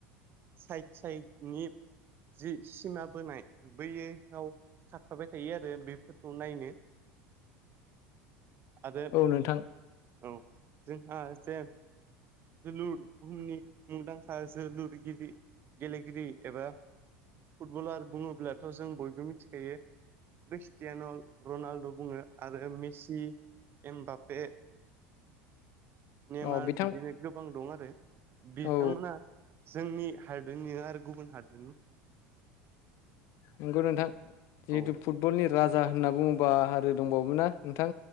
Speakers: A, on the right (about 35°); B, on the left (about 55°).
A: साइड साइडनि जि सिमा बोनाय बैयाव खारफाबाय थायो आरो बेफोरखौ नायनो आरो
B: औ नोंथां
A: औ जोंहा एसे जोलुर बुहुमनि मुंदांखा जोलुरगिरि गेलेगिरि एबा फुटबलार बुङोब्लाथ' जों बयबो मिथिखायो क्रिस्टियान' रनाल्द' बुङो आरो मेसि एमबापे नेमार
B: अ बिथां
A: बिदिनो गोबां दं आरो बिथांमोना
B: औ
A: जोंनि हादोरनि नङा आरो गुबुन हादोरनि
B: नंगौ नोंथां जिहेतु
A: औ
B: फुटबलनि राजा होनना बुङोबा आरो दंबावोमोन ना नोंथां